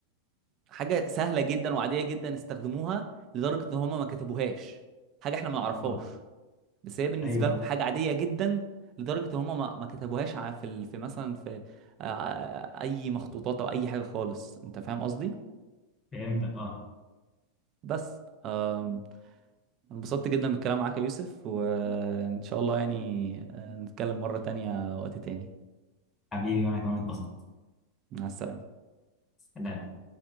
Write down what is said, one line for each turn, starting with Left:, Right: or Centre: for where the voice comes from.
Right: حاجه سهله جدا وعاديه جدا استخدموها لدرجه ان هم ما كتبوهاش حاجه احنا ما نعرفهاش
Left: اه
Right: بس هي بالنسبه
Left: ايوه أيوة.
Right: لهم حاجه عاديه جدا لدرجه ان هم ما ما كتبوهاش ع- في ال- في مثلا في آه، اي مخطوطات او اي حاجه خالص انت فاهم قصدي
Left: فهمتك اه
Right: بس آم، انبسطت جدا بالكلام معاك يا يوسف وان شاء الله يعني آه، نتكلم مره تانية وقت تاني
Left: حبيبي وانا كمان اتبسطت
Right: مع السلامه
Left: سلام.